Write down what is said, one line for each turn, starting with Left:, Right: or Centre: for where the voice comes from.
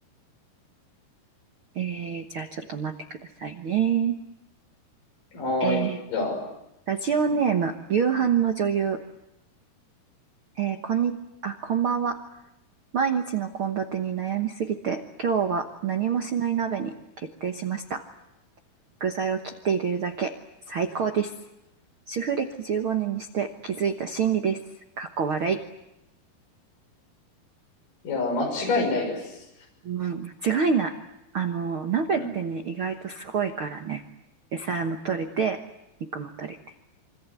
Right: えー、じゃあちょっと待ってくださいね。
Left: はーい、
Right: えー、
Left: じゃあ、
Right: ラジオネーム、
Left: うん
Right: 夕飯の女優。えー、こんに、あ、こんばんは。毎日の献立に悩みすぎて、今日は何もしない鍋に決定しました。具材を切って入れるだけ。最高です。主婦歴15年にして気づいた真理です。かっこ笑い。
Left: いやー、間違いないです。
Right: うん、間違いない。あの、鍋ってね、
Left: うん。
Right: 意外とすごいからね。野菜も取れて、肉も取れて。